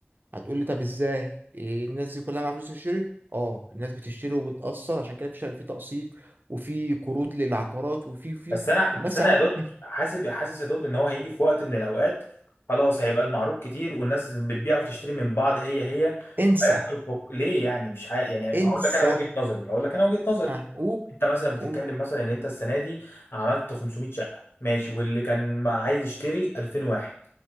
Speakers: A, on the right (about 50°); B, on the left (about 70°).
A: هتقول لي طب ازاي إيه الناس دي كلها معاها فلوس تشتري اه الناس بتشتري وبتقسط عشان كده في شر- في تقسيط وفي قروض للعقارات وفي في
B: بس انا
A: الناس
B: بس انا
A: يا عم
B: يا دود
A: <laughs>
B: حاسب حاسس يا دود ان هو هيجي في وقت من الاوقات خلاص هيبقى المعروض كتير والناس اللي بتبيع وتشتري من بعض هي هي
A: انسى
B: هيحصل فك... ليه يعني مش ح... يعني
A: انسى
B: هقول لك انا وجهة نظري هقول لك انا وجهة نظري
A: ها قول
B: انت مثلا بتتكلم
A: قول
B: مثلا ان انت السنه دي عملت 500 شقه ماشي واللي كان ما عايز يشتري 2000 واحد